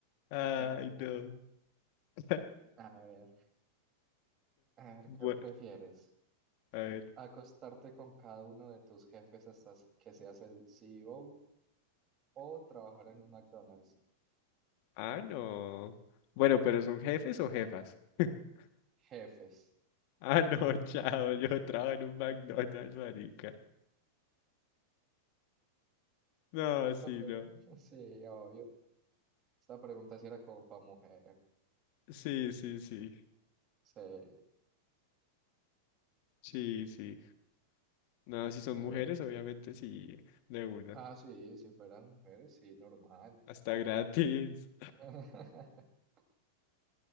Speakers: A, on the left; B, on the right.
A: Ay,
B: pero no.
A: no. <laughs>
B: A ver, a ver,
A: Bueno,
B: ¿qué prefieres?
A: a ver.
B: Acostarte con cada uno de tus jefes hasta que seas el CEO o o trabajar en un McDonald's.
A: Ah, no. Bueno, pero ¿son jefes o jefas? <laughs>
B: Jefes.
A: Ah, no, chao, yo trabajo en un McDonald's, marica. No,
B: Esta
A: sí,
B: pregunta,
A: no.
B: <laughs> sí, obvio. Esta pregunta sí era como para mujer.
A: Sí, sí, sí.
B: Sí,
A: Sí, sí. No, si son
B: pero.
A: mujeres, obviamente sí, de una.
B: Ah, sí, si fueran mujeres, sí, normal.
A: Hasta gratis.
B: <laughs>